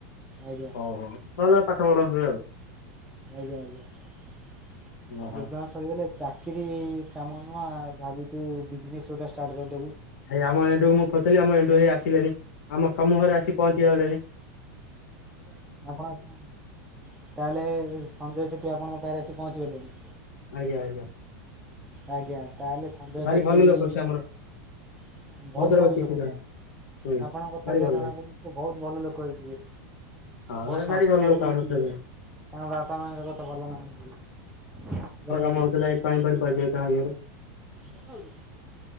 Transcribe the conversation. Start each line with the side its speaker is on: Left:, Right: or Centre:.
Centre: ଆଜ୍ଞା।
Left: ଅହୋ। ଭଲ ପାଠ ପଢନ୍ତି ଆଉ।
Centre: ଆଜ୍ଞା। ଆଜ୍ଞା। <unintelligible>
Left: ଓହୋ।
Centre: ସରିଗଲେ ଚାକିରି ଇ କାମ ନୁହଁ ଭାବୁଚୁ ବିଜନେସ୍ ଗୋଟା ଷ୍ଟାର୍ଟ କରଦବୁ।
Left: ଏଇ ଆମ ଏଣ୍ଡୁକୁ ମୁଁ ଖୋଜୁଥେଲି, ଆମ ଏଣ୍ଡୁ ହେଇ ଆସିଲେଣି। ଆମ ସମୁହରେ ଆସି ପହଞ୍ଚିଗଲେଣି।
Centre: ଆପଣ କଁ? ତାହେଲେ ସଞ୍ଜୟ ସେଠି ଆପଣଙ୍କ ପାଖେରେ ଆସିି ପହଞ୍ଚିଗଲେଣି।
Left: ଆଜ୍ଞା! ଆଜ୍ଞା!
Centre: ଆଜ୍ଞା। ତାହେଲେ ସଞ୍ଜୟ
Left: ଭାରି
Centre: ସେଠି
Left: ଭଲ
Centre: ଇ
Left: ଲୋକ ସେ ଆମର
Centre: ବହୁତ୍
Left: ଭଦ୍ର ବ୍ୟକ୍ତି
Centre: ଭଲ୍ ଲୋକ
Left: ସେ ଜଣେ
Centre: ତାହେଲେ,
Left: ହୁଁ।
Centre: ଆପଣଙ୍କ କଥାରୁ
Left: ଭାରି ଭଲ
Centre: ଯା ଜଣାପଡ଼ୁଚି।
Left: ଲାଗେ
Centre: ବହୁତ୍ ଭଲ ଲୋକ ହେଇଥିବେ,
Left: ହଁ
Centre: ବହୁତ୍
Left: ଏ
Centre: ସଂସ୍କାରୀ
Left: ଭାରି ଭଲ ଲୋକ
Centre: ହେଇଥିବେ।
Left: ଆମର ସେ ଜଣେ
Centre: ତାଙ୍କ ବାପା ମାଆଙ୍କ କଥା ଭଲ ମାନୁଛି।
Left: କହୁଥିଲା ଏଇ ପାଣି ଫାଣି <unintelligible>
Centre: ତାହେଲେ